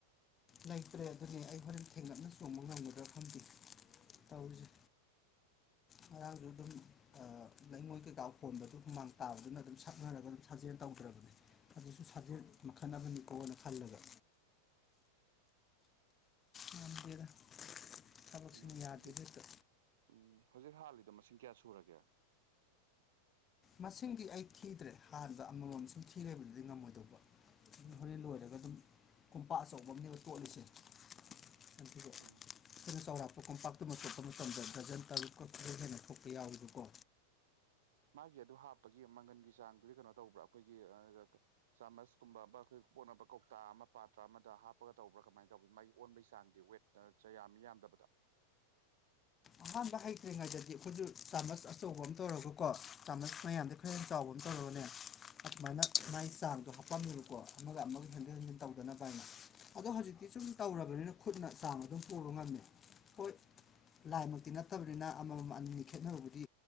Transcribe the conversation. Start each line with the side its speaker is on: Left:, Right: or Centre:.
Left: ꯂꯩꯇ꯭ꯔꯦ ꯑꯗꯨꯅꯦ ꯑꯩ ꯍꯣꯔꯦꯟ ꯊꯦꯡꯂꯞꯅ ꯆꯣꯡꯕ ꯉꯝꯒꯗ꯭ꯔꯥ ꯈꯪꯗꯦ ꯇꯧꯔꯤꯁꯦ ꯉꯔꯥꯡꯁꯨ ꯗꯨꯝ ꯑ ꯂꯩꯉꯣꯏ ꯀꯩꯀꯥ ꯍꯣꯟꯕꯗꯨ ꯍꯨꯃꯥꯡ ꯇꯥꯕꯗꯨꯅ ꯑꯗꯨꯝ ꯁꯛꯅꯔꯒ ꯑꯗꯨꯝ ꯁꯥꯖꯦꯜ ꯇꯧꯗ꯭ꯔꯕꯅꯤ ꯑꯗꯨꯁꯨ ꯁꯥꯖꯦꯜ ꯃꯈꯜ ꯑꯃꯅꯤꯀꯣꯅ ꯈꯜꯂꯒ ꯉꯝꯗꯦꯗ ꯊꯕꯛꯁꯤꯅ
Right: ꯃꯥꯅꯦ
Left: ꯌꯥꯗꯦꯗꯥ
Right: ꯍꯧꯖꯤꯛ
Left: ꯍꯦꯛꯇꯥ
Right: ꯎꯝ ꯍꯧꯖꯤꯛ ꯍꯥꯜꯂꯤꯗ ꯃꯁꯤꯡ ꯀꯌꯥ ꯁꯨꯔꯒꯦ
Left: ꯃꯁꯤꯡꯗꯤ ꯑꯩ ꯊꯤꯗ꯭ꯔꯦ ꯍꯥꯟꯕ ꯑꯃꯃꯝ ꯁꯨꯝ ꯊꯤꯂꯩꯕꯗꯨꯗꯤ ꯉꯝꯃꯣꯏꯗꯧꯕ
Right: ꯎꯝ
Left: ꯍꯣꯔꯦꯟ ꯂꯣꯏꯔꯒ ꯑꯗꯨꯝ ꯀꯣꯝꯄꯥꯛ ꯑꯆꯧꯕ ꯑꯝꯅꯦꯕ ꯇꯣꯠꯂꯤꯁꯦ <unintelligible>
Right: ꯎꯝ
Left: ꯈꯔ ꯆꯥꯎꯔꯥꯛꯄ ꯀꯣꯝꯄꯥꯛꯇꯨꯃ ꯆꯣꯠꯄ ꯃꯇꯝꯗ ꯗꯔꯖꯟ ꯇꯔꯨꯛꯀ ꯈꯔ ꯍꯦꯟꯅ ꯊꯣꯛꯄ ꯌꯥꯎꯔꯤꯕꯀꯣ
Right: ꯃꯥꯒꯤ ꯑꯗꯨ ꯍꯥꯞꯄꯒꯤ ꯃꯪꯒꯟꯒꯤ ꯆꯥꯡꯗꯨꯗꯤ ꯀꯩꯅꯣ ꯇꯧꯕ꯭ꯔꯥ ꯑꯩꯈꯣꯏꯒꯤ ꯑ ꯆꯥꯃꯁꯀꯨꯝꯕꯄ ꯑꯩꯈꯣꯏ ꯀꯣꯠꯅꯕ ꯀꯧꯇꯥ ꯑꯃ ꯄꯥꯇ꯭ꯔ ꯑꯃꯗ ꯍꯥꯞꯄꯒ ꯇꯧꯕ꯭ꯔꯥ ꯀꯃꯥꯏꯅ ꯇꯧꯕꯤ ꯃꯥꯒꯤ ꯑꯣꯟꯕꯒꯤ ꯆꯥꯡꯗꯤ ꯋꯦꯠ ꯆ ꯌꯥꯝꯃꯤ ꯌꯥꯝꯗꯕꯗ
Left: ꯑꯍꯥꯟꯕ ꯍꯩꯇ꯭ꯔꯤꯉꯩꯗꯗꯤ ꯑꯩꯈꯣꯏꯁꯨ ꯆꯥꯃꯁ ꯑꯆꯧꯕ ꯑꯃ ꯇꯧꯔꯒꯀꯣ ꯆꯥꯃꯁ ꯃꯌꯥꯝꯗ ꯍ ꯆꯥꯎꯕꯅ ꯇꯧꯔꯒꯅꯦ ꯑꯗꯨꯃꯥꯏꯅ ꯃꯥꯒꯤ ꯆꯥꯡꯗꯣ ꯍꯥꯞꯄꯝꯃꯤꯕꯀꯣ ꯑꯃꯒ ꯑꯃꯒ ꯍꯦꯟꯖꯤꯟ ꯍꯦꯟꯖꯤꯟ ꯇꯧꯗꯅꯕ ꯍꯥꯏꯅ ꯑꯗꯣ ꯍꯧꯖꯤꯛꯇꯤ ꯁꯨꯝ ꯇꯧꯔꯕꯅꯤꯅ ꯈꯨꯠꯅ ꯆꯥꯡ ꯑꯗꯨꯝ ꯄꯨꯕ ꯉꯝꯃꯦ ꯍꯣꯏ ꯂꯥꯏꯃꯛꯇꯤ ꯅꯠꯇꯕꯅꯤꯅ ꯑꯃꯃꯝ ꯑꯅꯤꯅꯤ ꯈꯦꯠꯅꯕꯕꯨꯗꯤ